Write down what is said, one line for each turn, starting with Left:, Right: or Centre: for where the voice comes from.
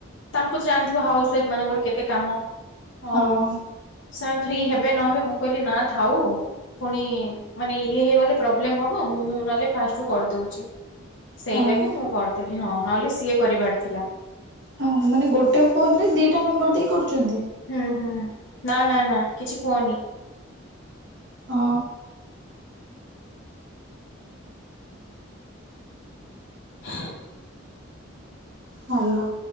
Left: ତାଙ୍କୁ ତ <unintelligible> ଜାଣିଥିବ ହାଉସୱାଇଫ ମାନଙ୍କର କେତେ କାମ
Right: ହଁ
Left: ଆଉ। ସାର୍ ଫ୍ରି ହେବେ ନହବେ ମୁଁ କହିଲି ନା ଥାଉ। ଫୁଣି ମାନେ ଇଏ ହେଇଗଲେ ପ୍ରୋବ୍ଲେମ ହବ। ମୁଁ ନହେଲେ ଫାଷ୍ଟରୁ କରିଦୋଉଚି ସେଇଲାଗି
Right: ହଁ।
Left: ମୁଁ କରିଦେଥିଲି ହଁ ନହେଲେ ସିଏ କରିବାର ଥିଲା।
Right: ହଁ ମାନେ ଗୋଟେ ଫୋନରେ ଦିଇଟା ନମ୍ବର ଦେଇ କରୁଚନ୍ତି।
Left: ହୁଁ ହୁଁ ନାଁ ନାଁ ନାଁ କିଛି କୁହନି।
Right: ଅ
Left: <unintelligible>
Right: ହାଲୋ।